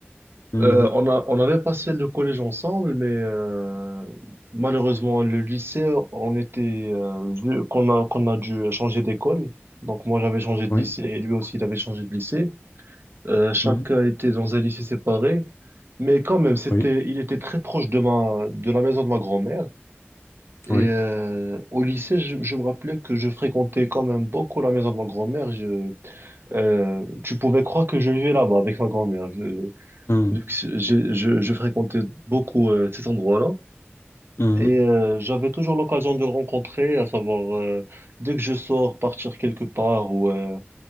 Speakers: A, on the left (about 65°); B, on the right (about 60°).
A: Mhm,
B: Euh, on a, on avait passé le collège ensemble, mais euh, malheureusement, le lycée, on était, euh, vu qu'on a, qu'on a dû changer d'école. Donc, moi, j'avais changé de
A: Oui.
B: lycée et lui aussi, il avait changé de lycée. Euh, chacun
A: mhm,
B: était dans un lycée séparé. Mais quand même, c'était,
A: Oui.
B: il était très proche de ma, de la maison de ma grand-mère. Et
A: Oui.
B: euh, au lycée, je, je me rappelais que je fréquentais quand même beaucoup la maison de ma grand-mère. Je, euh, tu pouvais croire que je vivais là-bas avec ma grand-mère.
A: mhm,
B: Vu que c'est- j'ai- je, je fréquentais beaucoup euh, cet endroit-là
A: mhm,
B: et euh, j'avais toujours l'occasion de le rencontrer, à savoir euh, dès que je sors, partir quelque part ou euh,